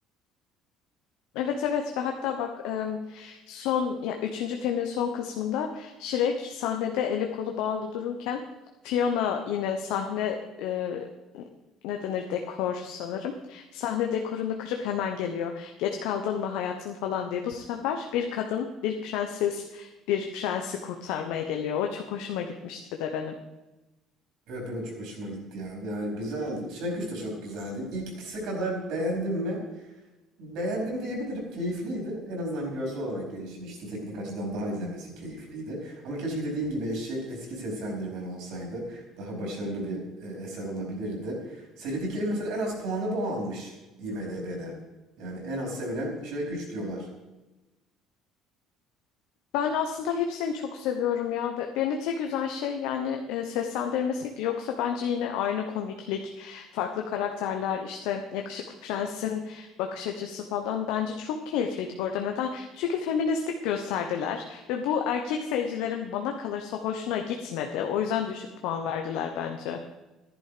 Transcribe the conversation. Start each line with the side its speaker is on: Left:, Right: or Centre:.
Left: Evet evet ve hatta bak em, son ya üçüncü filmin son kısmında Shrek sahnede eli kolu bağlı dururken Fiona yine sahne e, ne denir dekor sanırım. Sahne dekorunu kırıp hemen geliyor. Geç kaldın mı hayatım falan diye. Bu sefer bir kadın, bir prenses, bir prensi kurtarmaya geliyor. O çok hoşuma gitmişti bir de benim.
Right: Evet benim de çok hoşuma gitti ya. Yani güzeldi. Shrek 3 de çok güzeldi. İlk ikisi kadar beğendim mi? Beğendim diyebilirim. Keyifliydi. En azından hani görsel olarak gelişmişti. Teknik açıdan daha izlemesi keyifliydi. Ama keşke dediğin gibi Eşek eski seslendirmen olsaydı. Daha başarılı bir e, eser olabilirdi. Serideki en- mesela en az puanı bu almış IMDb'de. Yani en az sevilen Shrek 3 diyorlar.
Left: Ben aslında hepsini çok seviyorum ya. Be- Beni tek üzen şey yani e, seslendirmesiydi. Yoksa bence yine aynı komiklik, farklı karakterler, işte yakışıklı prensin bakış açısı falan bence çok keyifliydi bu arada. Neden? Çünkü feministlik gösterdiler ve bu erkek seyircilerin bana kalırsa hoşuna gitmedi. O yüzden düşük puan verdiler bence.